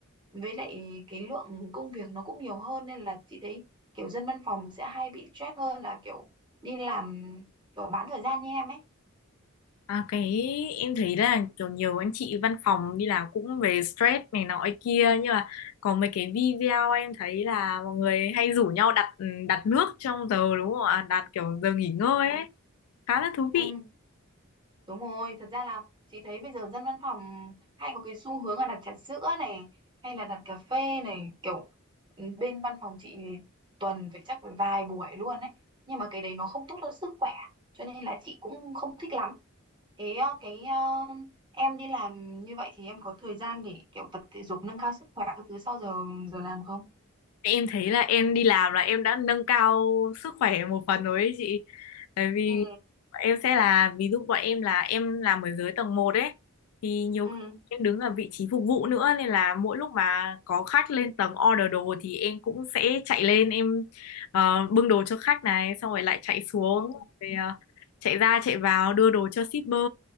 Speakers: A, on the right; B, on the left.
A: với lại cái lượng công việc nó cũng nhiều hơn nên là chị thấy kiểu dân văn phòng sẽ hay bị stress hơn là kiểu đi làm kiểu bán thời gian như em ấy
B: à, cái em thấy là kiểu nhiều anh chị văn phòng đi làm cũng về stress này nọ ấy kia nhưng mà có mấy cái video em thấy là mọi người hay rủ nhau đặt ừ, đặt nước trong giờ đúng không ạ đặt kiểu giờ nghỉ ngơi
A: ừ.
B: ấy khá là thú
A: Ừ,
B: vị
A: Đúng rồi, thật ra là chị thấy bây giờ dân văn phòng hay có cái xu hướng là đặt trà sữa này hay là đặt cà phê này kiểu ừ, bên văn phòng chị thì tuần phải chắc phải vài buổi luôn ấy nhưng mà cái đấy nó không tốt cho sức khỏe cho nên là chị cũng không thích lắm thế ờ, cái ờ, em đi làm như vậy thì em có thời gian để kiểu tập thể dục nâng cao sức khỏe các thứ sau giờ giờ làm không?
B: Em thấy là em đi làm là em đã nâng cao sức khỏe một phần rồi ấy chị. Tại vì
A: ừ
B: bọn em sẽ là ví dụ bọn em là em làm ở dưới tầng một ấy thì nhiều
A: ừ
B: khi em đứng ở vị trí phục vụ nữa nên là mỗi lúc mà có khách lên tầng order đồ thì em cũng sẽ chạy lên em ờ, bưng đồ cho khách này xong rồi lại chạy xuống
A: Ừ.
B: rồi ờ, chạy ra chạy vào đưa đồ cho shipper.